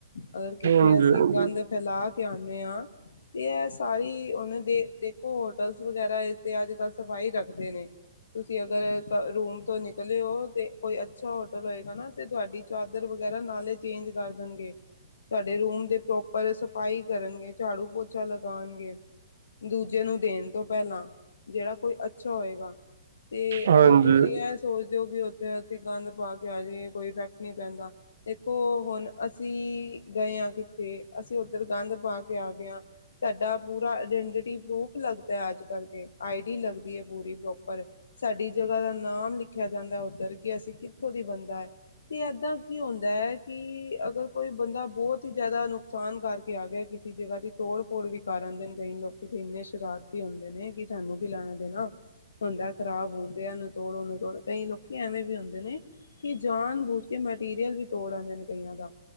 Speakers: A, on the left; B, on the right.
A: ਅਗਰ ਕਿੱਥੇ
B: ਹਾਂਜੀ
A: ਅਸੀਂ
B: ਹਾਂਜੀ
A: ਗੰਦ ਫੈਲਾ ਕੇ ਆਂਦੇ ਹਾਂ ਤੇ ਇਹ ਸਾਰੀ ਉਹਨਾਂ ਦੇ ਦੇ ਹੋਟਲ ਵਗੈਰਾ ਇਸ ਤੇ ਅੱਜ ਕੱਲ ਸਫ਼ਾਈ ਰੱਖਦੇ ਨੇ ਤੁਸੀਂ ਅਗਰ ਰੂਮ ਤੋਂ ਨਿਕਲੇ ਉਹ ਤੇ ਕੋਈ ਅੱਛਾ ਹੋਟਲ ਹੋਏਗਾ ਨਾ ਤੇ ਤੁਹਾਡੀ ਚਾਦਰ ਵਗੈਰਾ ਨਾਲੇ ਚੇਂਜ ਕਰ ਦੇਣਗੇ ਤਾਡੇ ਰੂਮ ਦੇ ਪ੍ਰੋਪਰ ਸਫ਼ਾਈ ਕਰਨਗੇ ਝਾੜੂ ਪੋਚਾ ਲਗਾਣਗੇ ਦੂਜੇ ਨੂੰ ਦੇਣ ਤੋਂ ਪੈਲਾਂ ਜੇੜਾ ਕੋਈ ਅੱਛਾ ਹੋਏਗਾ ਤੇ
B: ਹਾਂਜੀ
A: ਅਗਰ ਤੁਸੀਂ ਇਹ ਸੋਚਦੇ ਹੋ ਕਿ ਉੱਥੇ ਅਸੀਂ ਗੰਦ ਪਾ ਕੇ ਆ ਜਾਈਏ ਕੋਈ ਇਫੈਕਟ ਨਹੀਂ ਪੈਂਦਾ ਦੇਖੋ ਹੁਣ ਅਸੀਂ ਗਏ ਹਾਂ ਕਿੱਥੇ ਅਸੀਂ ਉੱਧਰ ਗੰਦ ਪਾ ਕੇ ਆ ਗਏ ਹ ਸਾਡਾ ਪੂਰਾ ਆਈਡੈਂਟਿਟੀ ਪ੍ਰੂਫ ਲੱਗਦਾ ਅੱਜ ਕੱਲ ਕੇ ਆਈ ਡੀ ਲੱਗਦੀ ਹੈ ਪੂਰੀ ਪ੍ਰੋਪਰ ਸਾਡੀ ਜਗ੍ਹਾ ਦਾ ਨਾਮ ਲਿਖਿਆ ਜਾਂਦਾ ਓਧਰ ਕਿ ਅਸੀਂ ਕਿੱਥੋਂ ਦੀ ਬੰਦਾ ਹੈ ਤੇ ਏਦਾਂ ਕੀ ਹੁੰਦਾ ਹੈ ਕਿ ਅਗਰ ਕੋਈ ਬੰਦਾ ਬਹੁਤ ਹੀ ਜ਼ਿਆਦਾ ਨੁਕਸਾਨ ਕਰਕੇ ਆ ਗਿਆ ਕਿਸੇ ਜਗ੍ਹਾ ਦੀ ਤੋੜ ਫੋੜ ਵੀ ਕਰ ਆਂਦੇ ਨੇ ਕਈ ਲੋਕ ਕਿਤੇ ਇੰਨੇ ਸ਼ਰਾਰਤੀ ਹੁੰਦੇ ਨੇ ਕਿ ਸਾਨੂੰ ਕੀਲੈਣਾ ਦੇਣਾ ਹੁੰਦਾ ਖ਼ਰਾਬ ਹੁੰਦੇ ਆ ਨੂੰ ਤੋੜੋ ਨੂੰ ਤੋੜੋ ਕਈ ਲੋਕੀ ਐਵੇਂ ਵੀ ਹੁੰਦੇ ਨੇ ਕਿ ਜਾਣ ਬੂਝ ਕੇ ਮੈਟੀਰੀਅਲ ਵੀ ਤੋੜ ਆਂਦੇ ਨੇ ਕਈਆਂ ਦਾ